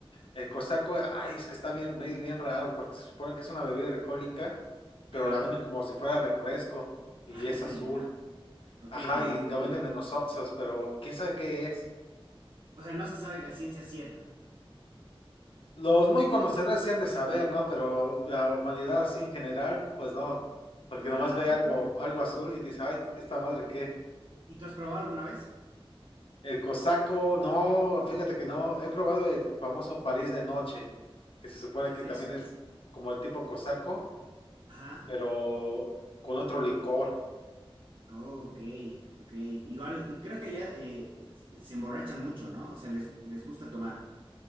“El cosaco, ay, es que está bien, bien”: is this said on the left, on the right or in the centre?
Left